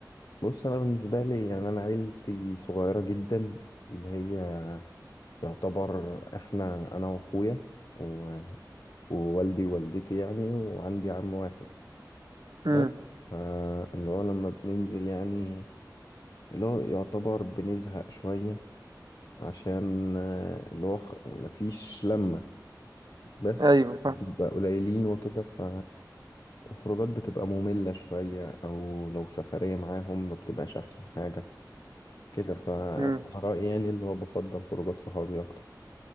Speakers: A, on the left (about 65°); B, on the right (about 70°).
A: بص انا بالنسبة لي يعني انا عيلتي صغيرة جدا اللي هي يعتبر احنا انا واخويا و- ووالدي ووالدتي يعني وعندي عم واحد
B: امم
A: بس آه، اللي هو لما بننزل يعني اللي هو يعتبر بنزهق شوية عشان آه، اللي هو خ- مفيش لمة بس
B: ايوه
A: بنبقى قليلين وكده ف الخروجات بتبقى مملة شوية أو لو سفرية معاهم ما بتبقاش أحسن حاجة كده فأنا
B: فاهم
A: رأيي يعني اللي هو بفضل خروجات صحابي أكتر